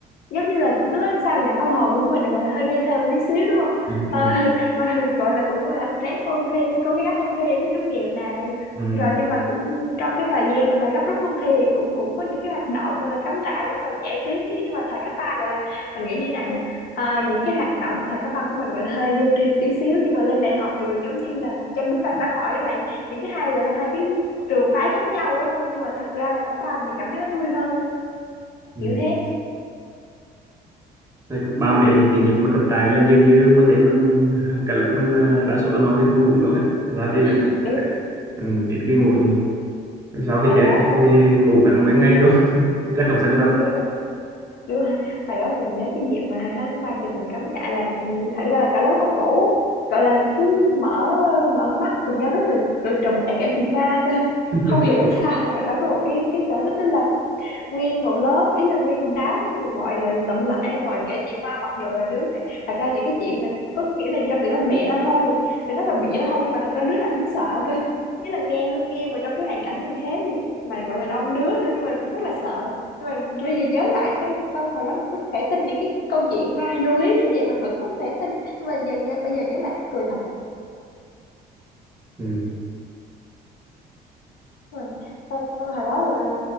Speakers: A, on the left (about 65°); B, on the right (about 20°).
A: giống như là lúc đó sao nhà tâm hồn của mình là gọi là hơi ngây thơ một tí xíu đúng không
B: Ừ.
A: à, <laughs> và gọi là cũng gọi là ráng ôn thi cố gắng ôn thi để thi tốt nghiệp này
B: Ừ. Ừ.
A: rồi nhưng mà cũng trong cái thời gian gọi là gấp rút ôn thi thì cũng cũng có những cái hoạt động gọi là cắm trại cũng là giải trí nhưng mà thời cấp ba gọi là mình nghĩ như này nha à, những cái hoạt động thời cấp ba của mình gọi là hơi vô tri một tí xíu nhưng mà lên đại học thì rồi giống như là một chân bước ra xã hội đó lại những cái hai gọi là hai cái trường phái khác nhau đó nhưng mà thật ra là cấp ba mình cảm thấy nó vui hơn
B: Ừ.
A: kiểu thế
B: Thời cấp 3 mày cái dịp mà cầm trại là dường như ban đêm mình cả lớp mình à, đa số là mọi người không ngủ luôn á ra chơi lớp
A: <laughs> đúng rồi.
B: ừ. ít khi ngủ nhỉ sau khi
A: hồi
B: chơi
A: đó
B: thì ngủ cả nguyên ngày luôn <laughs> chắc học sinh
A: ừ,
B: nào
A: đúng rồi đúng rồi hồi đó mình nhớ cái dịp mà hai tháng ba chụp mình cắm trại là ừ, thật ra là cả lớp không ngủ gọi là cứ mở mở mắt cùng nhau thức được rồi trùm lại cả chuyện ma cơ
B: <laughs>
A: không hiểu sao hồi đó có một cái cái sở thích đó là nguyên một lớp ý là nguyên một đám ngồi lại tụm lại ngồi kể chuyện ma mặc dù là đứa này- thật ra những cái chuyện là có nghĩa là do tụi nó bịa ra thôi tụi nó là bịa ra thôi nhưng mà thật ra đứa nào cũng sợ cơ ý là nghe lúc nghe mà trong cái hoàn cảnh như thế gì mà gọi là đông đứa nữa nhưng mà cũng rất là sợ nhưng mà bây giờ nhớ lại sao, sao hồi đó mình có thể tin những cái câu chuyện ma vô lý như vậy mình vẫn có thể tin nhưng mà giờ nhớ, bây giờ nhớ lại mắc cười thật
B: ừ.
A: rồi ờ, hồi đó gọi là